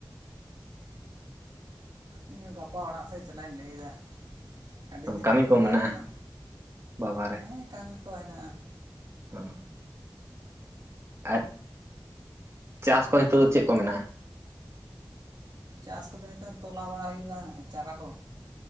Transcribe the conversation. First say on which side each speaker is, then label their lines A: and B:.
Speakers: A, on the right (about 65°); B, on the right (about 35°).
A: ᱤᱧ ᱦᱚᱸ ᱜᱟᱯᱟ ᱚᱲᱟᱜ ᱥᱮᱫ ᱪᱟᱞᱟᱜ ᱤᱧ ᱞᱟᱹᱭᱮᱫᱟ ᱟᱹᱰᱤ ᱫᱤᱱ
B: ᱠᱟᱹᱢᱤ
A: ᱵᱟᱹᱧ
B: ᱠᱚ
A: ᱪᱟᱞᱟᱣ
B: ᱢᱮᱱᱟᱜᱼᱟ
A: ᱠᱟᱱᱟ
B: ᱵᱟᱵᱟᱨᱮ
A: ᱦᱮᱸ ᱠᱟᱹᱢᱤ ᱠᱚ ᱦᱮᱱᱟᱜᱼᱟ
B: ᱚᱸ ᱟᱨ ᱪᱟᱥ ᱠᱚ ᱱᱤᱛᱚᱜ ᱫᱚ ᱪᱮᱫ ᱠᱚ ᱢᱮᱱᱟᱜᱼᱟ
A: ᱪᱟᱥ ᱠᱚᱫᱚ ᱱᱤᱛᱚᱝ ᱛᱚᱞᱟ ᱵᱟᱲᱟ ᱦᱩᱭᱩᱜᱼᱟ ᱦᱟᱜ ᱪᱟᱨᱟ ᱠᱚ